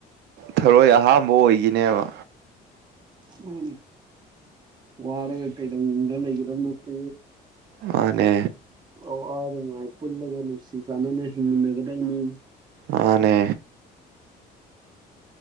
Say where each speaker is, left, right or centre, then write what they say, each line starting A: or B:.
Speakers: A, on the right (about 80°); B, on the right (about 25°).
A: ꯊꯔꯣꯏ ꯑꯍꯥꯝꯕ ꯑꯣꯏꯒꯤꯅꯦꯕ
B: ꯃꯥꯅꯤ ꯋꯥꯔꯒ ꯀꯩꯗꯧꯅꯨꯡꯗ ꯂꯩꯒꯗꯕ ꯅꯠꯇꯦ
A: ꯃꯥꯅꯦ
B: ꯑꯋꯥ ꯅꯨꯡꯉꯥꯏ ꯄꯨꯜꯂꯒ ꯅꯨꯡꯁꯤ ꯆꯥꯟꯅꯅ ꯍꯤꯡꯃꯤꯟꯅꯒꯗꯕꯅꯤ
A: ꯃꯥꯅꯦ